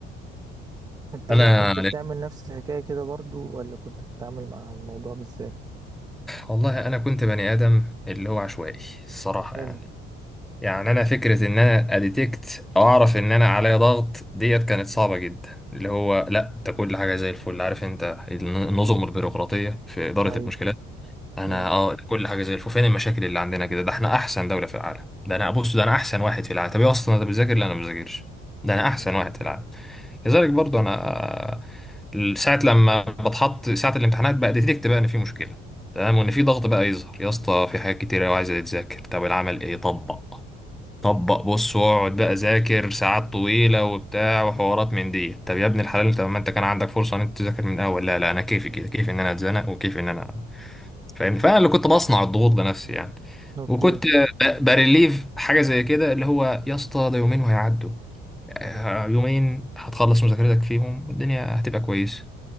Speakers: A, on the right; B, in the centre.
A: أنت
B: انا
A: بقى كنت بتعمل نفس الحكاية كده برضو ولا كنت بتتعامل مع الموضوع بإزاي؟
B: والله انا كنت بني ادم اللي هو عشوائي الصراحه
A: حلو
B: يعني يعني انا فكره ان انا اديتكت او اعرف ان انا عليا ضغط ديت كانت صعبه جدا اللي هو لا ده كل حاجه زي الفل عارف انت النظم البيروقراطيه في اداره
A: أيوه
B: المشكلات انا
A: مم.
B: اه كل حاجه زي الفل فين المشاكل اللي عندنا كده ده احنا احسن دوله في العالم ده انا بص ده انا احسن واحد في العالم طب ايه اصلا انت بتذاكر لا انا ما بذاكرش ده انا
A: مم.
B: احسن واحد في العالم كذلك برضو انا آه، ساعه لما بتحط ساعه الامتحانات بقى ديتكت بقى ان في مشكله تمام وان في ضغط بقى يظهر يا اسطى في حاجات كتير قوي عايزه تتذاكر طب العمل ايه طبق طبق بص واقعد بقى ذاكر ساعات طويله وبتاع وحوارات من دي طب يا ابن الحلال انت ما انت كان عندك فرصه ان انت تذاكر من الاول لا لا انا كيفي كده كيفي ان انا اتزنق وكيفي ان انا فاهم فانا اللي كنت بصنع الضغوط بنفسي يعني
A: أوكي
B: وكنت ب- بريليف حاجه زي كده اللي هو يا اسطى ده يومين وهيعدوا آه، يومين هتخلص مذاكرتك فيهم والدنيا هتبقى كويسه